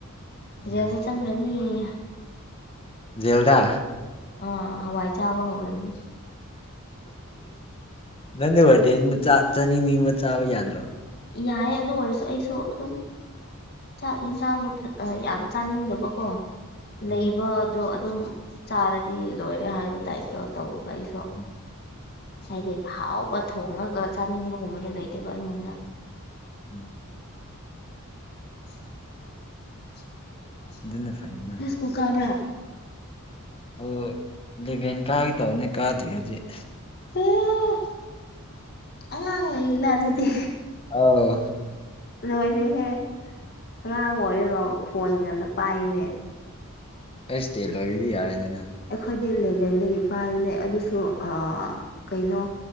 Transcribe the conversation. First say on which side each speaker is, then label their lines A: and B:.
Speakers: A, on the left; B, on the left.
A: ꯖꯦꯜꯗ
B: ꯎꯝ
A: ꯆꯪꯈ꯭ꯔꯅꯤꯌꯦ
B: ꯖꯦꯜꯗꯥ
A: ꯑ ꯍꯋꯥꯏ ꯆꯥꯕ ꯍꯧꯔꯅꯤ
B: ꯅꯪꯗꯤ ꯋꯥꯔꯗꯦꯟꯅꯤꯅ ꯆꯥ ꯆꯅꯤꯡꯅꯤꯡꯕ ꯆꯥꯕ ꯌꯥꯗ꯭ꯔꯣ
A: ꯌꯥꯏꯌꯦ ꯑꯗꯨ ꯑꯣꯏꯔꯁꯨ ꯑꯩꯁꯨ ꯑꯗꯨꯝ ꯆꯥꯛ ꯏꯟꯁꯥꯡ ꯐꯠ ꯑ ꯌꯥꯝ ꯆꯥꯅꯤꯡꯗꯕꯀꯣ
B: ꯎꯝ
A: ꯂꯩꯕ ꯗꯣ ꯑꯗꯨꯝ ꯆꯥꯔꯗꯤ ꯂꯣꯏꯔꯦ ꯍꯥꯏꯕ ꯇꯥꯏꯞꯇꯣ ꯇꯧꯋꯦꯕ ꯑꯩꯁꯨ
B: ꯎꯝ
A: ꯍꯥꯏꯗꯤ ꯍꯥꯎꯕ ꯊꯣꯡꯉꯒ ꯆꯥꯅꯤꯡꯕꯒꯨꯝꯕꯗꯣ ꯂꯩꯇꯦꯕ ꯑꯩꯉꯣꯟꯗ
B: ꯎꯝ
A: <unintelligible>
B: ꯑꯗꯨꯅ ꯐꯩꯅ
A: ꯀꯨꯀꯥꯕ꯭ꯔꯥ
B: <unintelligible> ꯂꯦꯚꯦꯟ ꯀꯥꯒꯦ ꯇꯧꯕꯅꯤ ꯀꯥꯗ꯭ꯔꯤ ꯍꯧꯖꯤꯛ
A: ꯑꯣ ꯑꯉꯥꯡ ꯑꯣꯏꯔꯤꯅ ꯑꯗꯨꯗꯤ
B: ꯑꯧ
A: ꯂꯣꯏꯔꯦꯍꯦ ꯑꯉꯥꯡ ꯑꯣꯏꯔꯒ ꯐꯣꯟ ꯉꯟꯅ ꯄꯥꯏꯌꯦꯅꯦ
B: ꯑꯩꯁ ꯇꯦ ꯂꯣꯏꯔꯗꯤ ꯌꯥꯔꯦꯗꯅ
A: ꯑꯩꯈꯣꯏꯗꯤ ꯏꯂꯦꯚꯦꯜꯗꯒꯤ ꯄꯥꯏꯕꯅꯦ ꯑꯗꯨꯁꯨ ꯑꯥ ꯀꯩꯅꯣ